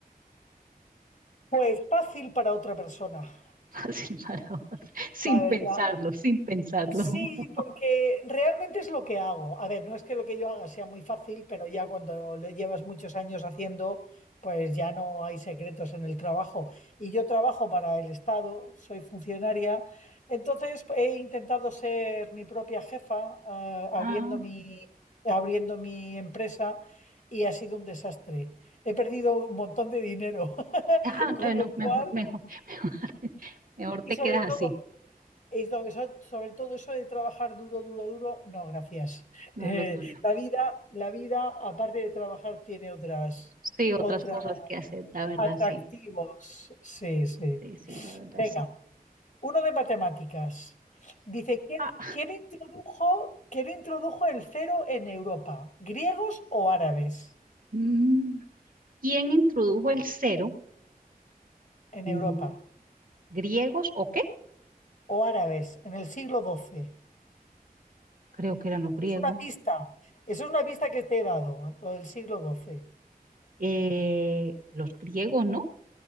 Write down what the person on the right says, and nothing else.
<laughs> Fácil para otra. Sin
pensarlo, sin pensarlo.
<laughs>
Ah,
ah,
no,
mejor,
mejor, <laughs> mejor, mejor
te
quedas
así,
no
es lo tuyo.
Sí, otras
cosas que hacer, la verdad,
sí.
Sí, sí, la verdad,
sí.
Ah,
mm, ¿quién introdujo el cero?
Mm,
¿Griegos o qué?
Creo que eran los griegos.
Eh, los griegos, ¿no?